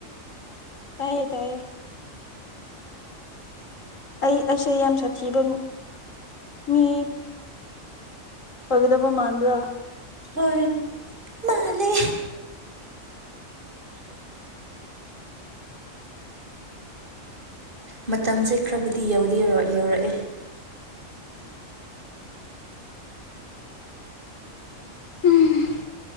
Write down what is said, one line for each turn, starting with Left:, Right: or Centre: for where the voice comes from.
Left: ꯇꯥꯏꯌꯦ ꯇꯥꯏꯌꯦ ꯑꯩ ꯑꯩꯁꯦ ꯌꯥꯝ ꯁꯥꯊꯤꯕ ꯃꯤ ꯄꯒꯤꯗꯕ ꯃꯥꯟꯕ꯭ꯔꯥ
Right: ꯍꯣꯏ ꯃꯥꯂꯦ ꯃꯇꯝꯁꯦ ꯈꯔꯕꯨꯗꯤ ꯌꯧꯗꯤ ꯌꯧꯔꯛꯑꯦ
Left: ꯎꯝ